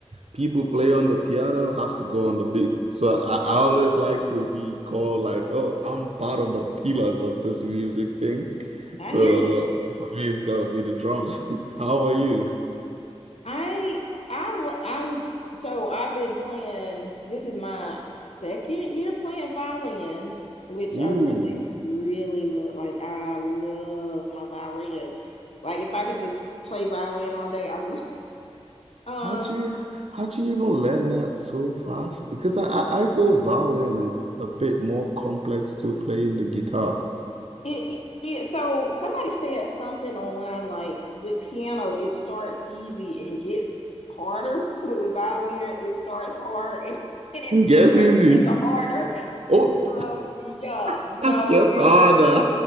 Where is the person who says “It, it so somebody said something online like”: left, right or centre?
Left